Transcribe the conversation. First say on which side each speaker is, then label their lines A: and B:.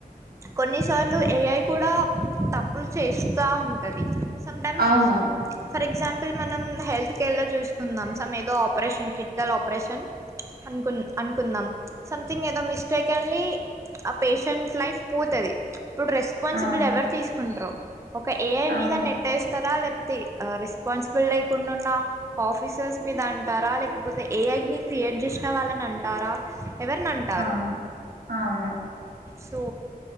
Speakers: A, on the right; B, on the right.
A: కొన్నిసార్లు ఏఐ కూడా తప్పులు చేస్తా ఉంటది. సమ్టైమ్స్
B: అవును
A: ఫర్ ఎగ్జాంపుల్ మనం హెల్త్ కేర్లో చూసుకుందాం సమ్ ఏదో ఆపరేషన్ క్రిటికల్ ఆపరేషన్ అనుకున్ అనుకుందాం సంథింగ్ ఏదో మిస్టేక్ అల్లి ఆ పేషెంట్ లైఫ్ పోతది. ఇప్పుడు రెస్పాన్సిబుల్
B: అవును
A: ఎవరు తీసుకుంటరో ఒక ఏఐ
B: అవును
A: మీద నెట్స్తారా లేక లేకపోతే రెస్పాన్సిబిల్ లేకుండా ఉన్న ఆఫీసర్స్ మీద అంటారా లేకపోతే ఏఐ ని క్రి ఎడ్జెసిన వాళ్ళని అంటారా ఎవరిని అంటారు.
B: అవును అవును
A: సో